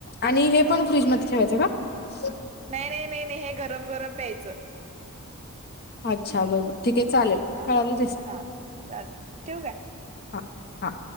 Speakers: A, on the left; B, on the right.
A: आणि हे
B: हा
A: पण फ्रीजमध्ये ठेवायचं का?
B: नाही नाही नाही नाही हे गरम गरम प्यायचं.
A: अच्छा बरबर ठीक आहे चालेल.
B: हा
A: कळालं
B: हा चालतय, ठेवूकाय?
A: हां हां.